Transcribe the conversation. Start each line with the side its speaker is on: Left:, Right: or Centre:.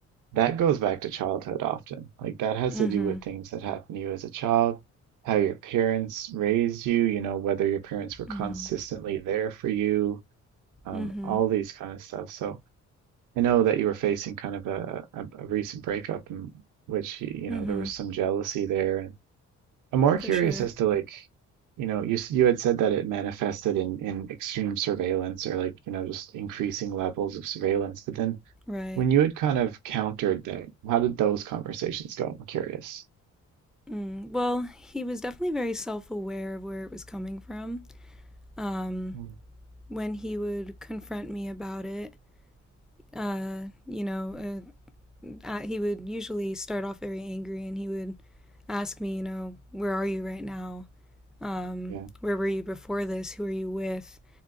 Right: that goes back to childhood often. Like that has
Centre: Mm-hmm.
Right: to do with things that happened to you as a child, how your parents raised you, you know, whether your parents were consistently
Centre: Mm-hmm.
Right: there for you, um,
Centre: Mm-hmm.
Right: all these kind of stuff. So I know that you were facing kind of a, a, a recent breakup in which, y- you
Centre: Mm-hmm.
Right: know, there was some jealousy there. And I'm more
Centre: For
Right: curious
Centre: sure.
Right: as to like, you know, you s- you had said that it manifested in in extreme surveillance or like, you know, just increasing levels of surveillance, but then
Centre: Right.
Right: when you had kind of countered that, how did those conversations go? I'm curious.
Centre: Mm. Well, he was definitely very self-aware of where it was coming from. Um,
Right: Mm,
Centre: when he would confront me about it, uh, you know, uh, uh, he would usually start off very angry and he would ask me, you know, where are you right now? Um,
Right: Yeah.
Centre: where were you before this? Who are you with?